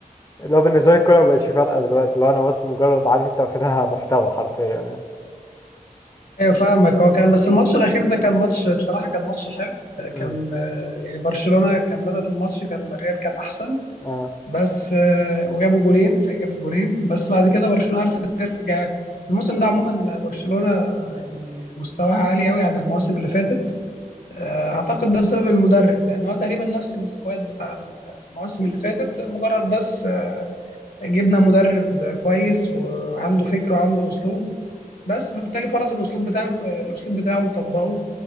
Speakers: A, on the left (about 25°); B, on the left (about 75°).
A: اللي هو بالنسبه لي الكوره مبقتش فارقه دلوقتي اللي هو انا بس مجرد عارف انت واخدها محتوى حرفيا يعني
B: ايوه فاهمك هو كان بس الماتش الاخير ده كان ماتش بصراحة كان ماتش حلو آه، كان
A: امم
B: آه، يعني برشلونة كان بدأت الماتش كان الريال كان احسن
A: اه
B: بس آه، وجابوا جونين جابت جونين بس بعد كده برشلونة عرفت ترجع يعني. الموسم ده عموما برشلونة يعني مستواها عالي قوي عن المواسم اللي فاتت آه، اعتقد ده بسبب المدرب لان هو تقريبا نفس السكواد بتاع المواسم اللي فاتت مجرد بس آه، جبنا مدرب كويس وعنده فكر وعنده اسلوب بس فبالتالي فرض الاسلوب بتاعه آه، الاسلوب بتاعه وطبقه